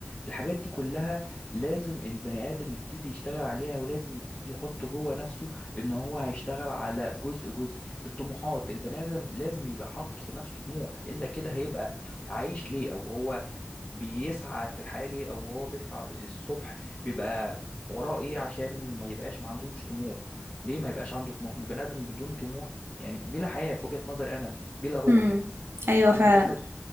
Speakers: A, on the left; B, on the right.
A: الحاجات دي كلها لازم البني ادم يبتدي يشتغل عليها ولازم يبتدي يحط جوه نفسه ان هو هيشتغل على جزء جزء الطموحات البني ادم لازم يبقى حاطط لنفسه طموح الا كده هيبقى عايش ليه او هو بيسعى في الحياة ليه أو هو بيسعى الصبح بيبقى وراه إيه عشان ما يبقاش ما عندوش طموح ليه ما يبقاش عنده طموح البني آدم بدون طموح يعني بلا حياة في وجهة نظري أنا بلا روح
B: امم ايوه
A: عنده
B: فعلا
A: جسد